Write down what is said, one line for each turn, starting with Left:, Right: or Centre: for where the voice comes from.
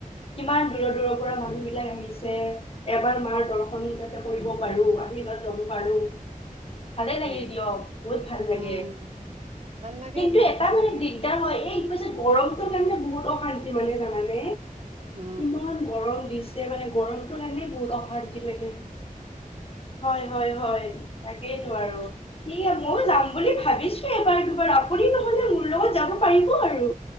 Left: কিমান দূৰৰ -দূৰৰ পৰা মানুহ বিলাক আহিছে, এবাৰ মাৰ দৰ্শন যাতে কৰিব পাৰো আশীৰ্বাদ লব পাৰো ভালে লাগে
Right: উম
Left: দিয়ক বহুত ভাল লাগে
Right: অ ভাল লাগে
Left: কিন্তু,
Right: বহুত
Left: এটা
Right: ভাল
Left: মানে
Right: লাগে
Left: দিগদাৰ হয় এই কৈ যে গৰম তোৰ কাৰণে বহত অশান কি মানে জানানে?
Right: অ
Left: ইমান গৰম দিছে মানে গৰমটো কাৰণে বহুত অশান্তি লাগে হয় -হয় -হয় তাকেইতো আৰু। সেয়া ময়ো যাম বুলি ভাবিছো এবাৰ- দুবাৰ আপুনি নহ'লে মোৰ লগত যাব পাৰিব আৰু।